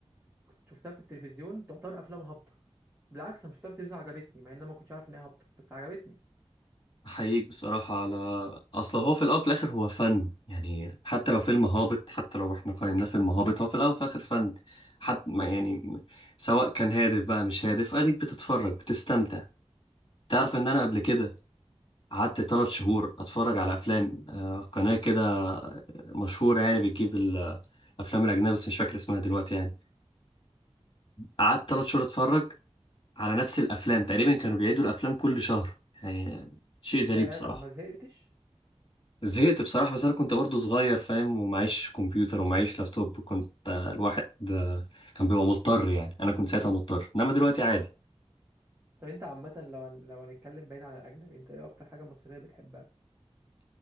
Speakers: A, on the right (about 15°); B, on the left (about 45°).
A: كنت شفتها في التلفزيون تعتبر افلام هابطه بالعكس انا شفتها في التلفزيون عجبتني مع ان انا ما كنتش عارف ان هي هابطه بس عجبتني
B: أحييك بصراحة على أصل هو في الأول وفي الآخر هو فن يعني حتى لو فيلم هابط حتى لو إحنا قيمناه فيلم هابط هو في الأول وفي الآخر فن حتى ما يعني سواء كان هادف بقى مش هادف أديك بتتفرج بتستمتع تعرف إن أنا قبل كده قعدت تلات شهور أتفرج على أفلام آه، قناة كده مشهورة يعني بتجيب الأفلام الأجنبية بس مش فاكر اسمها دلوقتي يعني قعدت تلات شهور أتفرج على نفس الأفلام تقريبا كانوا بيعيدوا الأفلام كل شهر يعني شيء غريب
A: يا
B: بصراحة
A: يا طب ما زهقتش
B: زهقت بصراحة بس أنا كنت برضو صغير فاهم ومعيش كمبيوتر ومعيش لابتوب كنت آه، الواحد آه، كان بيبقى مضطر يعني أنا كنت ساعتها مضطر إنما دلوقتي عادي
A: طب انت عامه لو لو هنتكلم بعيد عن الاجنبي انت ايه اكتر حاجه مصريه بتحبها